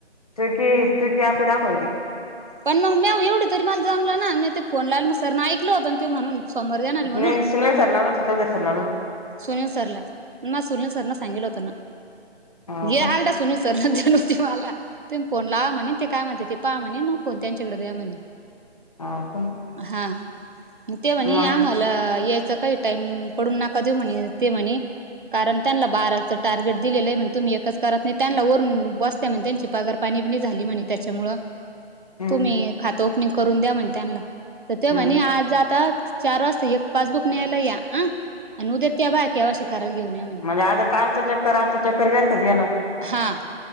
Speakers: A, on the left (about 35°); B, on the right (about 50°).
A: सुूकी सुुकी आपी दखव ती-'
B: पण मग मी एवढं तरी मला जमलं ना मी ते फोन लावल मग सरने ऐकलं होतं आणि ते म्हणून सोमर जाणार म्हणून
A: नाही सुनील सर लावला होता चौधरी सर लावला होता
B: सुनील सरला म सुनील सर ना सांगितल होत ना
A: हो का
B: आ सर्न होती मला तुम्ही फोन ला म्हणे ते काय म्हणते ते पहा म्हणे मग फोन त्यांच्याकडे द्या म्हणे
A: हा का
B: हा म ते म्हणी
A: मग
B: आम-' ला यायचं काही टाइम पडून नाका देऊ म्हणे ते म्हणे. कारण त्यांना बाराचं टार्गेट दिलेलं आहे म्हण तुम्ही एकच करत नाही. त्यांना वरून बसत म्हणे त्यांची पगार पाणी बि झाली म्हणे त्याच्यामु
A: हम्म
B: तुम्ही खातो. करून द्या म्हणे त्यांना तर ते
A: हम्म
B: म्हणे आज आ चार वाजता एक पासबुक न्यायला या अं आणि उद्याेत त्या बा केव्हा शिक कराायला घेऊन या म्हणे.
A: आज कालच्या चक्र चकर वरतात याला.
B: हा